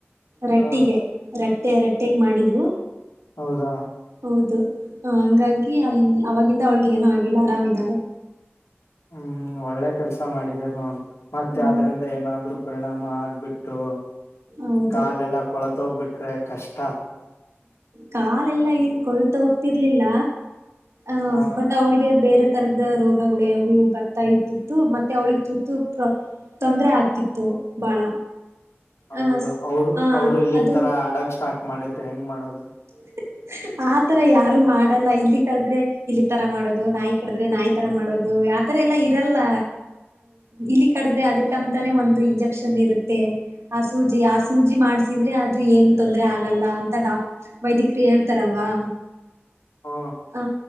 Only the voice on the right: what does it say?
ರಟ್ಟಿಗೆ
ರಟ್ಟೆ ರಟ್ಟಗ್ ಮಾಡಿದ್ರು
ಹೌದು ಹಂಗಾಗಿ ಅಲ್ ಅವಾಗಿಂದ ಅವಲ್ಗೆ ಏನೂ ಆಗಿಲ್ಲ ಆರಾಮ್ ಇದ್ದಾಳೆ
ಹೌದು
ಹೌದು.
ಕಾಲೆಲ್ಲಾ ಏನ್ ಕೊಳ್ತ ಹೋಗ್ತಿರ್ಲಿಲ್ಲ ಅ
ಬಟ್ ಅವಳಿಗೆ ಬೇರೆ ತರದ ರೋಗಗಳು ಇವು ಬರ್ತಾ ಇತಿತ್ತು ಮತ್ತೆ ಅವಳಿಗೆ ತು ತು ತೊಂದ್ರರೆ ಆಗ್ತಿತ್ತು ಬಾಳ
ಆ
ಆ
ಅದು
<unintelligible> ಆತರ ಯಾರು ಮಾಡಲ್ಲ ಇಲ್ಲಿ ಕಡದ್ರೆ ಇಲ್ಲಿ ತರ ಮಾಡೋದು ನಾಯಿ ಕಡದ್ರೆ ನಾಯಿ ತರ ಮಾಡೋದು ಆತರ ಎಲ್ಲಾ ಇರಲ್ಲ ಇಲ್ಲಿ ಕಡದ್ರೆ ಅದಕ್ಕಂತ ತೆ ಒಂದು ಇಂಜೆಕ್ಷನ್ ಇರುತ್ತೆ ಆ ಸೂಜಿ ಆ ಸೂಜಿ ಮಾಡ್ಸಿದ್ರೆ ಅದು ಏನ್ ತೊಂದ್ರರೆ ಆಗಲ್ಲ ಅಂತ ಡಾಕ್ ವೈದ್ಯಿಕರು ಹೇಳ್ತಾರಲ್ವಾ
ಹಾ